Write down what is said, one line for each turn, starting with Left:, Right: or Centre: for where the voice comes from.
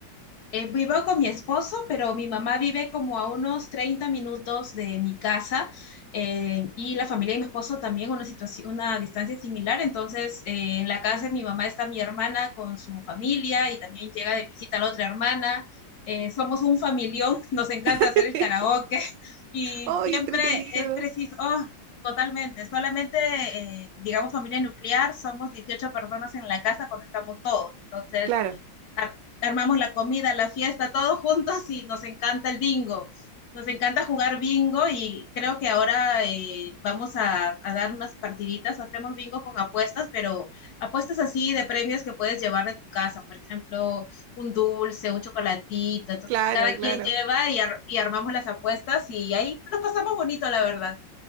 Left: Eh, vivo con mi esposo, pero mi mamá vive como a unos 30 minutos de mi casa eh, y la familia de mi esposo también una situación, una distancia similar. Entonces, eh, en la casa de mi mamá está mi hermana con su familia y también llega de visita la otra hermana. Eh, somos un familión, <laughs> nos encanta
Right: <laughs>
Left: hacer el karaoke <laughs> y
Right: ¡Ay,
Left: siempre
Right: entretenido!
Left: es preciso, oh, totalmente, solamente, eh, digamos, familia nuclear, somos 18 personas en la casa cuando estamos todos. Entonces
Right: Claro,
Left: ar- armamos la comida, la fiesta, todos juntos y nos encanta el bingo. Nos encanta jugar bingo y creo que ahora eh, vamos a, a dar unas partiditas. Hacemos bingo con apuestas, pero apuestas así de premios que puedes llevar de tu casa. Por ejemplo, un dulce, un chocolatito. Entonces,
Right: claro,
Left: cada
Right: claro.
Left: quien lleva y, ar- y armamos las apuestas y ahí nos pasamos bonito, la verdad.